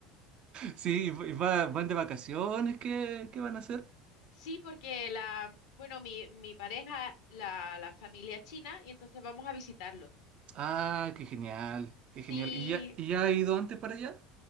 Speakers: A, on the right (about 40°); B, on the left (about 60°).
A: Sí, y va- van de vacaciones, ¿qué, qué van a hacer?
B: Sí, porque la, bueno, mi, mi pareja, la, la familia es china, y entonces vamos a visitarlos.
A: Ah, qué genial, qué
B: Sí.
A: genial. ¿Y ya, y ya ha ido antes para allá?